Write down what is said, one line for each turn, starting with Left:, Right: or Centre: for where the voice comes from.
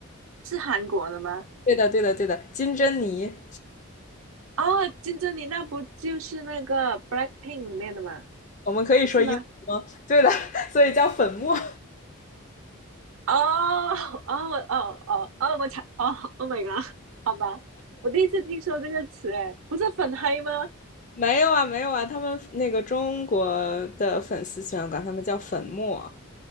Right: 是韩国的吗？
Left: 对的，对的，对的，金珍妮。
Right: 哦，金珍妮那不就是那个《Blackpink》里面的吗？
Left: 我们可以说英文吗？
Right: 是吗？
Left: <laughs> 对的，所以叫粉末。
Right: 哦哦我哦哦哦，我才哦，Oh my god，好吧，我第一次听说这个词，哎，不是粉黑吗？
Left: 没有啊，没有啊，他们那个中国的粉丝喜欢管他们叫粉末。